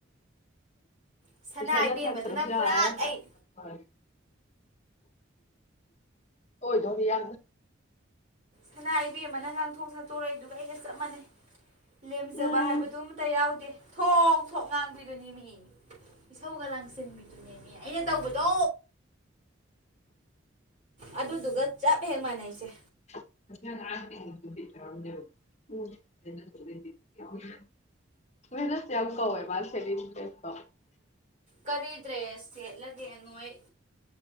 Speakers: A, on the right; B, on the left.
A: ꯁꯅꯥ
B: ꯄꯩꯁꯥꯗ
A: ꯏꯕꯦꯝꯃꯗꯨꯅ
B: ꯊꯥꯛꯇꯔꯣꯁꯨ
A: ꯄꯨꯔꯥ
B: ꯌꯥꯔꯦ
A: ꯑꯩ
B: ꯐꯔꯦ ꯑꯣꯏꯗ ꯌꯥ
A: ꯁꯅꯥ ꯏꯕꯦꯝꯃꯅ ꯉꯥꯡꯊꯣꯛ ꯁꯛꯇꯣꯔꯛꯏꯗꯨꯒ ꯑꯩꯒ ꯆꯞ ꯃꯥꯟꯅꯩ ꯂꯦꯝꯖꯕ
B: ꯎꯝ
A: ꯍꯥꯏꯕꯗꯨ ꯑꯃꯇ ꯌꯥꯎꯗꯦ ꯊꯣꯡ ꯊꯣꯛ ꯉꯥꯡꯕꯤ ꯑꯗꯨꯅꯦ ꯃꯤ ꯏꯁꯧꯒ ꯂꯥꯡꯁꯤꯟꯕꯤ ꯑꯗꯨꯅꯦꯃꯤ ꯑꯩꯅ ꯇꯧꯕꯗꯣ ꯑꯗꯨꯗꯨꯒ ꯆꯞ ꯍꯦꯛ ꯃꯥꯟꯅꯩꯁꯦ
B: <unintelligible>
A: ꯀꯔꯤ ꯗ꯭ꯔꯦꯁ ꯁꯦꯠꯂꯒꯦ ꯅꯣꯏ